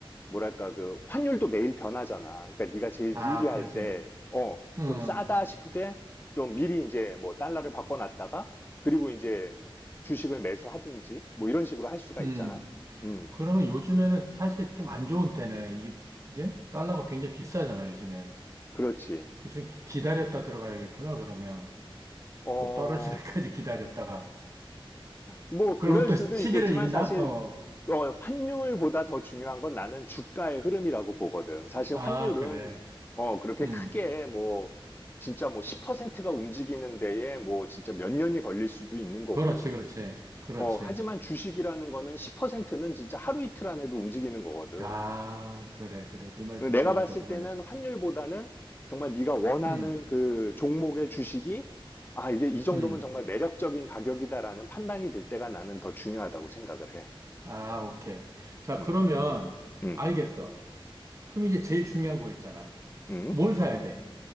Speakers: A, on the left; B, on the right.
A: 뭐랄까 그 환율도 매일 변하잖아. 그러니까 네가 제일
B: 아,
A: 유리할
B: 그렇지.
A: 때, 어,
B: 음,
A: 좀 싸다 싶을 때 좀 미리 이제 뭐 달러를 바꿔놨다가 그리고 이제 주식을 매수하든지 뭐 이런 식으로 할 수가
B: 음.
A: 있잖아. 음,
B: 그러면 요즘에는 사실 좀 안 좋은 때네. 이게, 그지? 달러가 굉장히 비싸잖아, 요즘에.
A: 그렇지.
B: 그좀 기다렸다 들어가야겠구나, 그러면.
A: 어,
B: 좀 떨어질 때까지 <laughs> 기다렸다가.
A: 뭐
B: 그러면
A: 그럴
B: 또
A: 수도
B: 시기를
A: 있겠지만
B: 잃나?
A: 사실
B: 어.
A: 어, 환율보다 더 중요한 건 나는 주가의 흐름이라고 보거든. 사실
B: 아,
A: 환율은
B: 그래.
A: 어, 그렇게
B: 음.
A: 크게 뭐 진짜 뭐 10%가 움직이는 데에 뭐 진짜 몇 년이 걸릴 수도 있는 거고.
B: 그렇지, 그렇지. 그렇지.
A: 어, 하지만 주식이라는 거는 10%는 진짜 하루 이틀 안에도 움직이는 거거든.
B: 아, 그래, 그래. 네 말 듣고
A: 내가
B: 보니까
A: 봤을
B: 그러네.
A: 때는 환율보다는 정말 네가 원하는
B: 음.
A: 그 종목의 주식이 아, 이게 이 정도면
B: 음.
A: 정말 매력적인 가격이다라는 판단이 들 때가 나는 더 중요하다고 생각을 해.
B: 아, 오케이. 자,
A: 음,
B: 그러면
A: 음,
B: 알겠어. 그럼 이제 제일 중요한 거 있잖아.
A: 음.
B: 뭘 사야 돼?